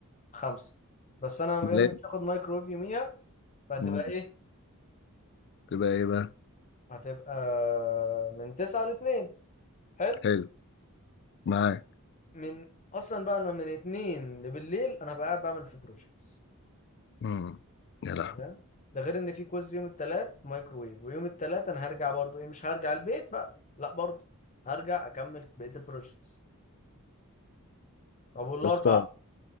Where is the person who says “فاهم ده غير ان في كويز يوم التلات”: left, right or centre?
Left